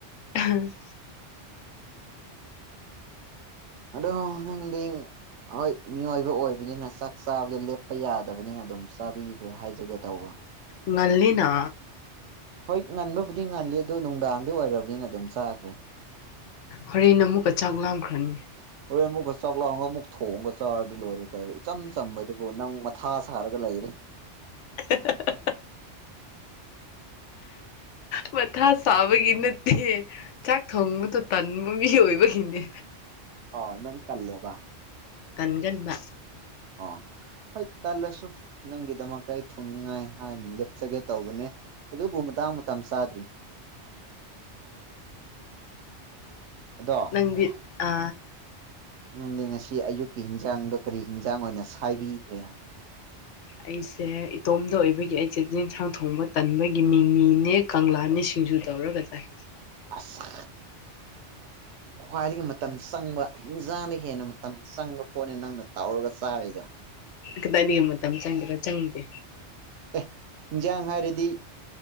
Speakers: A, on the left (about 80°); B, on the right (about 75°).
A: ꯎꯝ
B: ꯑꯗꯣꯗꯤ ꯍꯣꯏ ꯃꯤꯑꯣꯏꯕ ꯑꯣꯏꯕꯅꯤꯅ ꯆꯥꯛ ꯆꯥꯕꯗ ꯂꯦꯞꯄ ꯌꯥꯗꯕꯅꯤꯅ ꯑꯗꯨꯝ ꯆꯥꯕꯤꯈ꯭ꯔꯦ ꯍꯥꯏꯖꯒꯦ ꯇꯧꯕ
A: ꯉꯜꯂꯤꯅꯥ
B: ꯍꯣꯏ ꯉꯟꯕꯕꯨꯗꯤ ꯉꯜꯂꯤ ꯑꯗꯨ ꯅꯨꯡꯗꯥꯡꯗꯤ ꯑꯣꯏꯔꯕꯅꯤꯅ ꯑꯗꯨꯝ ꯆꯥꯈ꯭ꯔꯦ
A: ꯍꯣꯔꯦꯟ ꯅ ꯑꯃꯨꯛꯀ ꯆꯥꯛ ꯂꯥꯝꯈ꯭ꯔꯅꯤ
B: ꯍꯣꯔꯦ ꯑꯃꯨꯛꯀ ꯆꯥꯛ ꯂꯥꯎꯒ ꯑꯃꯨꯛ ꯊꯣꯡꯉꯒ ꯆꯥꯔꯗꯤ ꯂꯣꯏꯔꯦ ꯀꯥꯏꯔꯣ ꯏꯆꯝ ꯆꯝꯕꯗꯨꯕꯨ ꯅꯪ ꯃꯊꯥ ꯁꯥꯔꯒ ꯂꯩꯔꯦ
A: <unintelligible> ꯃꯊꯥ ꯆꯥꯕꯒꯤ ꯅꯠꯇꯦ ꯆꯥꯛ ꯊꯣꯡꯕꯗ ꯇꯟꯕ ꯃꯤ ꯑꯣꯏꯕꯒꯤꯅꯦ
B: ꯑꯣ ꯅꯪ ꯇꯜꯂꯦꯕ
A: ꯀꯟꯒꯟꯕ
B: ꯑ ꯍꯣꯏ ꯇꯜꯂꯁꯨ ꯅꯪꯒꯤꯗꯃꯛꯇ ꯑꯩ ꯊꯨꯡꯅꯤꯡꯉꯥꯏ ꯍꯥꯏꯅꯞ ꯍꯥꯞꯆꯒꯦ ꯇꯧꯕꯅꯦ ꯑꯗꯨꯕꯨ ꯃꯇꯥꯡ ꯃꯇꯝ ꯆꯥꯗ꯭ꯔꯤ ꯑꯗꯣ
A: ꯁꯪꯒꯤꯤꯠ ꯑ
B: ꯎꯅꯦ ꯉꯁꯤ ꯑꯌꯨꯛꯀꯤ ꯍꯤꯟꯖꯥꯡꯗꯣ ꯀꯔꯤ ꯍꯤꯟꯖꯥꯡ ꯑꯣꯏꯅ ꯁꯥꯏꯕꯤꯈ꯭ꯔꯦ
A: ꯑꯩꯁꯦ ꯏꯇꯣꯝꯗ ꯑꯣꯏꯕꯒꯤ ꯑꯩꯁꯦ ꯆꯟꯁꯥꯡ ꯊꯣꯡꯕ ꯇꯟꯕꯒꯤ ꯃꯤꯡ ꯃꯤꯅꯦ ꯀꯪꯂꯥꯅꯤ ꯁꯤꯡꯖꯨ ꯇꯧꯔꯒ ꯆꯥꯏ
B: ꯑꯁ ꯈ꯭ꯋꯥꯏꯗꯒꯤ ꯃꯇꯝ ꯆꯪꯕ ꯍꯟꯖꯥꯡꯗ ꯍꯦꯟꯅ ꯃꯇꯝ ꯆꯪꯕ ꯄꯣꯠꯅꯤ ꯅꯪꯅ ꯇꯧꯔꯒ ꯆꯥꯔꯤꯗꯣ
A: ꯈꯤꯇꯪꯅꯤ ꯃꯇꯝ ꯆꯪꯒꯦꯗ ꯆꯪꯗꯦ
B: ꯑꯦ ꯍꯤꯟꯖꯥꯡ ꯍꯥꯏꯔꯗꯤ